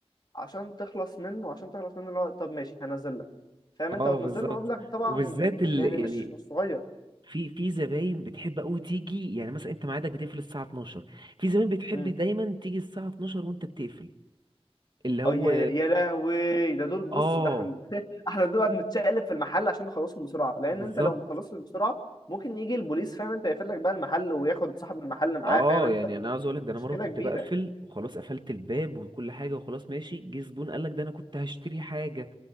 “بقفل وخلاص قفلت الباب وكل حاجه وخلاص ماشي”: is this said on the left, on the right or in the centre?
Right